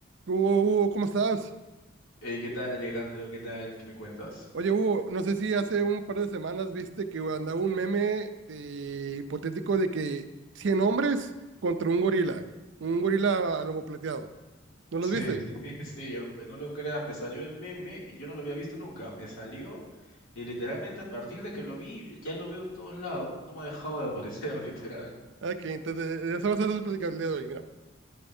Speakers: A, on the right (about 60°); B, on the left (about 80°).
A: Hugo, Hugo, ¿cómo estás?
B: Hey, ¿qué tal, Alejandro? ¿Qué tal? ¿Qué me cuentas?
A: Oye, Hugo, no sé si hace un par de semanas viste que andaba un meme eh, hipotético de que 100 hombres contra un gorila, un gorila a lomo plateado. ¿No los
B: Sí,
A: viste?
B: sí, <laughs> sí, aunque no lo creas, me salió el meme, y yo no lo había visto nunca, me salió y literalmente a partir de que lo vi, ya lo veo en todos lados, no me ha dejado de aparecer, <laughs> literal.
A: Ah, Ok, entonces de eso vas a hacer platicar el día de hoy. Mira,